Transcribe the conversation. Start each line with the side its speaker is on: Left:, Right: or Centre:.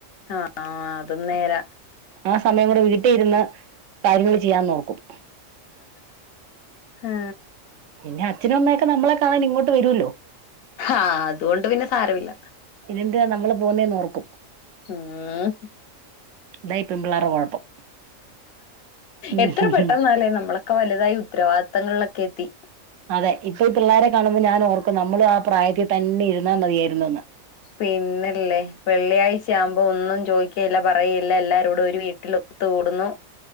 Left: ആഹ് അതും നേരാ
Right: ആ സമയം കൂടെ വീട്ടിൽ ഇരുന്ന് കാര്യങ്ങൾ ചെയ്യാൻ നോക്കും
Left: ആഹ്
Right: പിന്നെ അച്ഛനും അമ്മയൊക്കെ നമ്മളെ കാണാൻ ഇങ്ങോട്ട് വരുവല്ലോ
Left: ആഹ് അതുകൊണ്ട് പിന്നെ സാരമില്ല
Right: പിന്നെന്തിനാ നമ്മള് പോകുനെന്ന് ഓർക്കും
Left: ആഹ്
Right: ഇതാ ഈ പെൺപിള്ളേറെ കുഴപ്പം ഉം
Left: എത്ര പെട്ടെന്നല്ലേ നമ്മളൊക്കെ വലുതായി ഉത്തരവാദിത്തങ്ങളിലൊക്കെ എത്തി
Right: അതെ ഇപ്പൊ ഈ പിള്ളേരെ കാണുമ്പോ ഞാൻഓർക്കും നമ്മള് ആ പ്രായത്തിൽ തന്നെ ഇരുന്നാൽ മതിയായിരുന്നുന്ന്
Left: പിന്നല്ലേ വെള്ളിയാഴ്ച ആവുമ്പോ ഒന്നും ചോദിക്കയില്ല പറയയില്ല എല്ലാരോടും ഒരു വീട്ടിലും ഒത്തു കൂടുന്നു